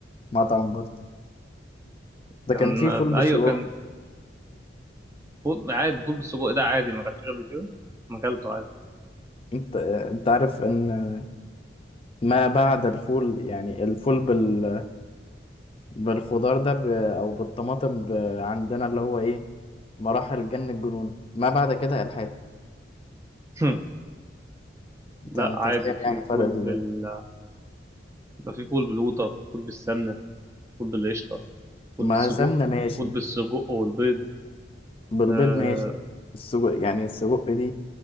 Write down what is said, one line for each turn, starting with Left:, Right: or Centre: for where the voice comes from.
Left: مطعم برضه ده
Right: كان
Left: كان فيه
Right: <laughs> آه،
Left: فول بالسجق
Right: ايوه كان فول عادي فول بالسجق ده عادي ما اكلتوش قبل كده؟ ما اكلته عادي
Left: انت آه، انت عارف ان ما بعد الفول يعني الفول بال بالخضار ده ب... او بالطماطم ب... عندنا اللي هو ايه مراحل جن الجنون ما بعد كده الحاد
Right: <laughs>
Left: انت
Right: لا
Left: انت
Right: عادي
Left: فاهم يعني
Right: في فول
Left: فرق
Right: بال
Left: ال...
Right: يبقى في فول بالقوطة فول بالسمنة فول بالقشطة فول
Left: ما
Right: بالسجق
Left: سمنه ماشي
Right: فول بالسجق والبيض
Left: بالبيض
Right: آه
Left: ماشي السجق يعني السجق دي